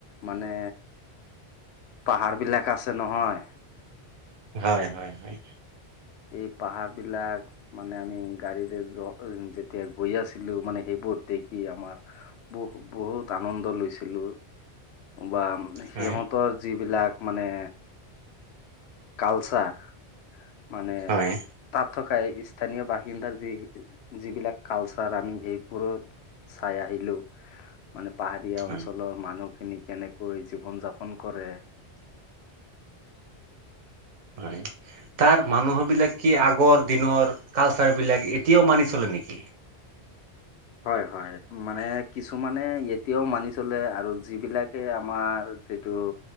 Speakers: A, on the left; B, on the right.
A: মানে পাহাৰ বিলাক আছে নহয়
B: হয়, হয়, হয়।
A: এই পাহাৰ বিলাক মানে আমি গাড়ীৰে যো যেতিয়া গৈ আছিলোঁ মানে সেইবোৰ দেখি আমাৰ বহু বহুত আনন্দ লৈছিলো। বা
B: হয়
A: সিহঁতৰ যিবিলাক মানে কালচাৰ মানে
B: হয়
A: তাত থকা স্থানীয় বাসিন্দাৰ যি যিবিলাক কালচাৰ আমি সেইবোৰত চাই আহিলো মানে পাহাৰীয়া
B: হয়
A: অঞ্চলৰ মানুহখিনি কেনেকৈ জীৱন যাপন কৰে
B: হয়, তাৰ মানুহ বিলাক কি আগৰ দিনৰ কালচাৰ বিলাক এতিয়াও মানি চলে নেকি?
A: হয় - হয়, মানে কিছুমানে এতিয়াও মানি চলে আৰু যিবিলাকে আমাৰ যিটো